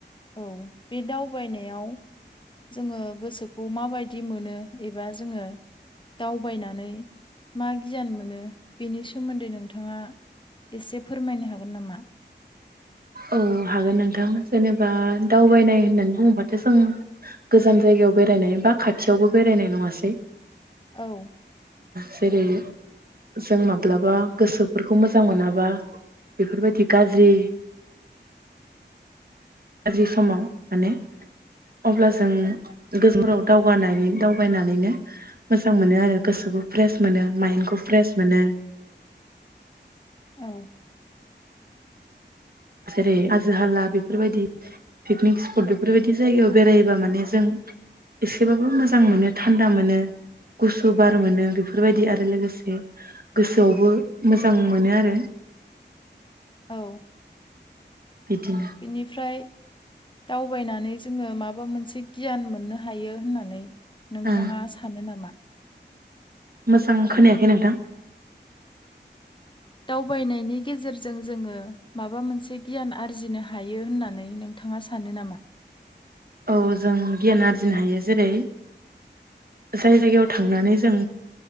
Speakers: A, on the left; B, on the right.
A: औ बे दावबायनायाव जोङो गोसोखौ माबायदि मोनो? एबा जोङो दावबायनानै मा गियान मोनो? बेनि सोमोन्दै नोंथाङा एसे फोरमायनो हागोन नामा?
B: औ हागोन नोंथां, जेनेबा दावबायनाय होननानै बुङोबाथ' जों गोजान जायगायाव बेरायनाय बा खाथियावबो बेरायनाय नङासै।
A: औ।
B: जेरै जों माब्लाबा गोसोफोरखौ मोजां मोनाबा, बेफोरबायदि गाज्रि गाज्रि समाव माने, अब्ला जों गोसोफोराव दावबाय दावबानानैनो मोजां मोनो आरो। गोसोखौ फ्रेस मोनो माइन्दखौ फ्रेस मोनो।
A: औ।
B: जेरै हाजो हाला बेफोरबायदि पिकनिक स्पट बेफोरबायदि जायगायाव बेरायोबा माने जों। एसेबाबो मोजां मोनो थान्दा मोनो गुसु बार मोनो बेफोरबायदि आरो, लोगोसे गोसोआवबो मोजां मोनो आरो।
A: औ।
B: बिदिनो
A: बेनिफ्राय दावबायनानै जोङो मा माबा मोनसे गियान मोननो हायो होननानै नोंथाङा
B: ओ
A: सानो नामा?
B: मोजां खोनायाखै नोंथां।
A: दावबायनायनि गेजेरजों जोङो, माबा मोनसे गियान आरजिनो हायो होननानै नोंथाङा सानो नामा?
B: औ जों गियान आरजिनो हायो जेरै- जाय जायगायाव थांनानै- जों